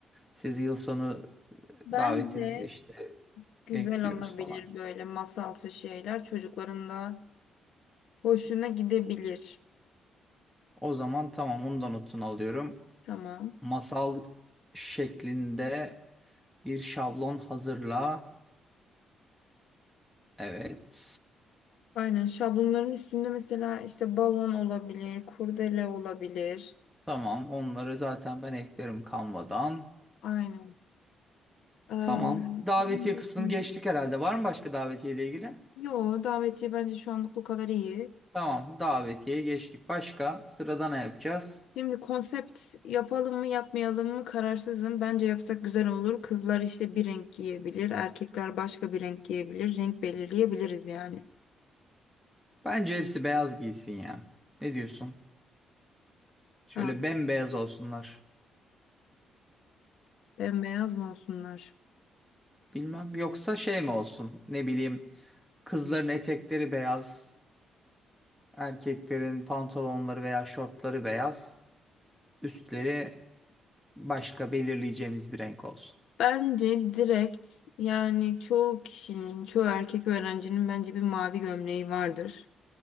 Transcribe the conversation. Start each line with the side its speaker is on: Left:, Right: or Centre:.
Centre: sizi yıl sonu
Left: Bence
Centre: e, davetinizi işte
Left: güzel
Centre: bekliyoruz
Left: olabilir
Centre: falan.
Left: böyle masalsı şeyler. Çocukların da hoşuna gidebilir.
Centre: O zaman tamam onu da notunu alıyorum.
Left: Tamam.
Centre: Masal şeklinde bir şablon hazırla. Evet.
Left: Aynen şablonların üstünde mesela işte balon olabilir, kurdele olabilir.
Centre: Tamam onları zaten ben eklerim Canva'dan.
Left: Aynen. Ee,
Centre: Tamam. Davetiye
Left: onun dışında-
Centre: kısmını geçtik herhalde. Var mı başka davetiye ile ilgili?
Left: Yo davetiye bence şu anlık bu kadar iyi.
Centre: Tamam. Davetiye geçtik. Başka sırada ne yapacağız?
Left: Şimdi konsept yapalım mı yapmayalım mı kararsızım. Bence yapsak güzel olur. Kızlar işte bir renk giyebilir, erkekler başka bir renk giyebilir. Renk belirleyebiliriz yani.
Centre: Bence hepsi beyaz giysin ya. Ne diyorsun? Şöyle
Left: Ha,
Centre: bembeyaz olsunlar.
Left: bembeyaz mı olsunlar?
Centre: Bilmem. Yoksa şey mi olsun? Ne bileyim. Kızların etekleri beyaz. Erkeklerin pantolonları veya şortları beyaz. Üstleri başka belirleyeceğimiz bir renk olsun.
Left: Bence direkt yani çoğu kişinin, çoğu erkek öğrencinin bence bir mavi gömleği vardır.